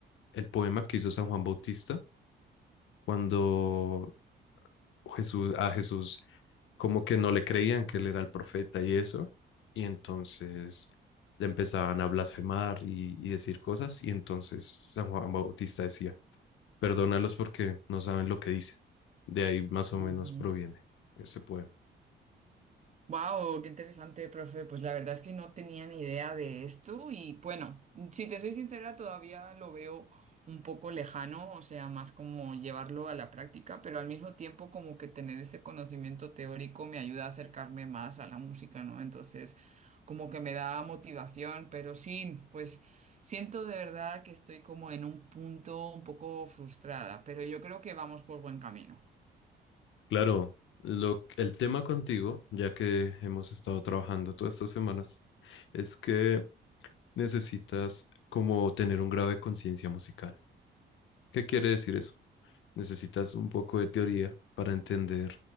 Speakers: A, on the left; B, on the right.
A: el poema que hizo San Juan Bautista cuando Jesús, a Jesús como que no le creían que él era el profeta y eso, y entonces le empezaban a blasfemar y, y decir cosas, y entonces San Juan Bautista decía, Perdónalos porque no saben lo que dicen. De ahí más o
B: Ujú.
A: menos proviene ese poema.
B: Wow, qué interesante, profe. Pues la verdad es que no tenía ni idea de esto y bueno, si te soy sincera, todavía lo veo un poco lejano, o sea, más como llevarlo a la práctica, pero al mismo tiempo como que tener este conocimiento teórico me ayuda a acercarme más a la música, ¿no? Entonces, como que me da motivación, pero sí, pues siento de verdad que estoy como en un punto un poco frustrada, pero yo creo que vamos por buen camino.
A: Claro, lo, el tema contigo, ya que hemos estado trabajando todas estas semanas, es que necesitas como tener un grado de conciencia musical. ¿Qué quiere decir eso? Necesitas un poco de teoría para entender